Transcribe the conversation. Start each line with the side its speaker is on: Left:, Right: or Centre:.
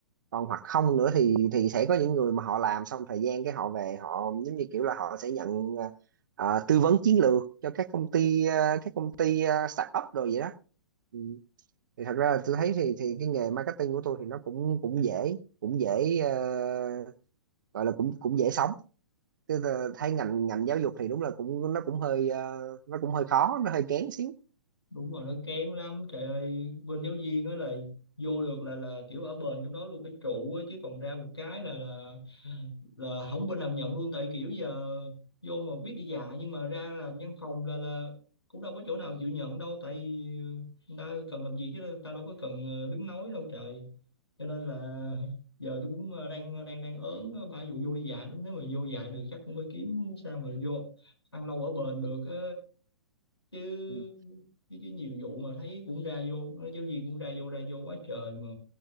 Right: còn hoặc không nữa thì thì sẽ có những người mà họ làm xong thời gian cái họ về họ giống như kiểu là họ sẽ nhận ờ, ờ, tư vấn chiến lược cho các công ty ờ, các công ty ờ, startup rồi vậy đó ừ. thì thật ra là tôi thấy thì thì cái nghề marketing của tôi thì nó cũng cũng dễ cũng dễ ờ, gọi là cũng cũng dễ sống tôi thấy ngành ngành giáo dục thì đúng là cũng nó cũng hơi ờ, nó cũng hơi khó nó hơi kén xíu
Left: đúng rồi nó kén lắm trời ơi bên giáo viên á là vô được là là kiểu ở bền trong đó luôn cái trụ á chứ còn ra một cái là là là không bên nào nhận luôn tại kiểu giờ vô mà biết đi dạ nhưng mà ra làm văn phòng là là cũng đâu có chỗ nào chịu nhận đâu tại ờ, người ta cần làm gì chứ người ta đâu có cần ờ, đứng nói đâu trời cho nên là giờ tôi cũng ờ, đang ờ, đang đang ớn ờ, ba vụ vô đi dạy lắm nếu mà vô dạy được chắc cũng phải kiếm sao mà vô ăn lâu ở bền được á. chứ
Right: ừ.
Left: chứ chứ nhiều vụ mà thấy cũng ra vô giáo viên cũng ra vô ra vô quá trời mà